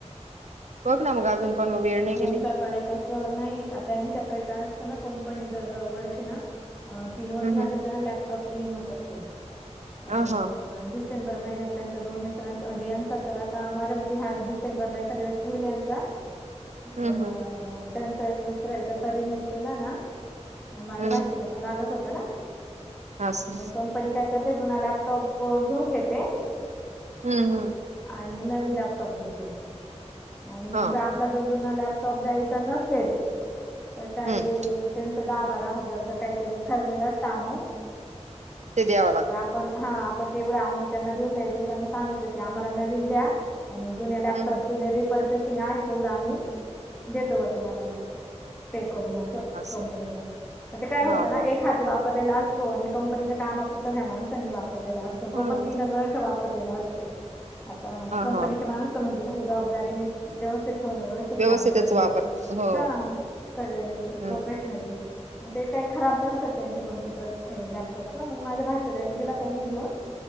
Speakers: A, on the right; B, in the centre.
A: बघ ना मग अजून पण वेळ नाही
B: यांच्याकडे
A: गेली
B: कस नाही आता यांच्याकडे काय असतना कंपनी दर वर्षी ना तीन वर्ष
A: हम्म
B: झाले
A: हम्म
B: का लॅपटॉप रिन्यू करते तर
A: अ
B: डिस
A: हा
B: डिसेंबर महिन्यात त्यांच्या दोन मित्रांचा म्हणजे यांचा तर आता माझ्या मते ह्या डिसेबरला एखाद्या वेळेस होईल यांचा. तर
A: हम्म हम्म
B: त्यांचा एक मित्र आहे त्याचा रिन्यू केला ना. मग माझ्या
A: हम्म
B: भाचीला पण लागत होत ना
A: असं
B: मग कंपनी काय करते जुना लॅपटॉप घेऊन घेते.
A: हम्म हम्
B: आणि नवीन लॅपटॉप देते. आणि मग
A: हा
B: जर आपल्या तर जुना लॅपटॉप द्यायचा नसेल तर काय
A: हम्म
B: त्यांच दहा बारा हजार का काहीतरी ठरलेलं असत अकाउंट.
A: ते द्यावं लाग
B: आपण हा आपण तेवढं अमाउंट त्यांना देऊन द्यायच त्यांना सांगायचं की आम्हाला नवीन द्या. आणि जुून्या
A: हम्म हम्म
B: जे रि परचेसिंग आहे तेवढं आम्ही देतो व तुम्हाला पे करून अस
A: असं
B: कंपनीला म ते काय
A: हा
B: होत ना
A: हा
B: एक हाती वाप वापरलेला असतो आणि कंपनीच्या काम अपुरता ह्या माणसानी वापरलेला असतो तो
A: हा
B: पण तीनच वर्ष वापरलेला असतो आणि कंपनीचे
A: हा
B: माणस म्हणजे जबाबदारीने व्यवस्थित ठेवणं व्यवस्थित
A: व्यवस्थितच
B: काम करणं
A: वापर हो
B: हा सगळे
A: हम्म
B: प्रोफेशनली मग ते काही खराब नसतात त्यांचे कम्प्युटर्स लॅपटॉपस ना मग माझ्या भाच्याला एक दिला त्यांनी घेऊन